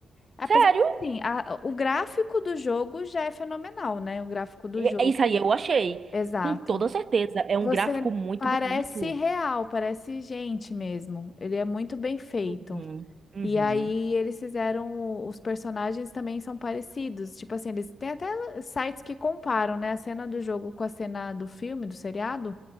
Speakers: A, on the left; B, on the right.
A: Apesar
B: Sério?
A: de, assim, a- o gráfico do jogo já é fenomenal, né? O gráfico do
B: É
A: jogo,
B: Isso aí eu achei.
A: exato.
B: Com toda certeza. É
A: Você
B: um gráfico muito
A: parece
B: bonito.
A: real, parece gente mesmo. Ele é muito bem feito.
B: Uhum, uhum,
A: E aí eles fizeram, os personagens também são parecidos, tipo assim, eles têm até sites que comparam, né, a cena do jogo com a cena do filme, do seriado,